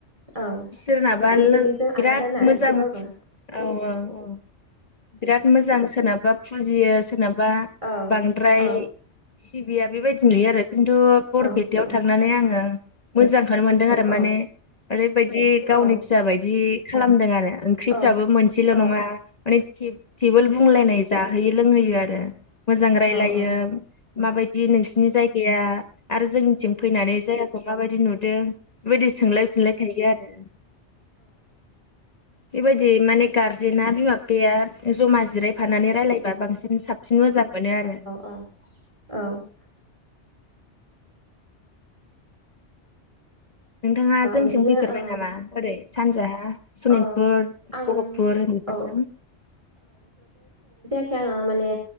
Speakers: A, on the right (about 30°); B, on the left (about 35°).
A: औ
B: सोरनाबा
A: नोंसोरनिजों
B: लोग
A: आलादा
B: बिराद
A: ना
B: मोजां
A: एसेबाबो
B: औ औ औ बिराद मोजां सोरनाबा फुजियो सो <unintelligible> बा
A: औ
B: बांद्राय
A: औ
B: सिबिया बेबायदि नुयो आरो। खिन्थु
A: औ
B: बरपेटायाव थांनानै आङो मोजांखौनो मोनदों आरो माने
A: औ
B: ओरैबायदि गावनि
A: औ
B: फिसा बायदि खालामदों आरो ओंख्रिफ्राबो
A: औ
B: मोनसेल'
A: औ
B: नङा माने टे-टेबोल बुंलायनाय जाहोयो लोंहोयो आरो मोजां रायलायो
A: औ
B: माबायदि नोंसिनि जायगाया आरो जोंनिथिं फैनानै जायगाखौ माबायदि नुदों? बेबायदि सोंलाय फिनलाय थायो आरो। बेबायदि माने गारजेना बिमा बिफाया जमा जिरायफानानै रायलायबा बांसिन साबसिन मोजां मोनो आरो।
A: औ औ औ
B: नोंथाङा जोंथिं
A: बिदिनो
B: फैफेरबाय
A: ओ
B: नामा ओरै सानजाहा सनितपुर
A: औ आं
B: गहपुर बेफोरजों?
A: औ खे आङो माने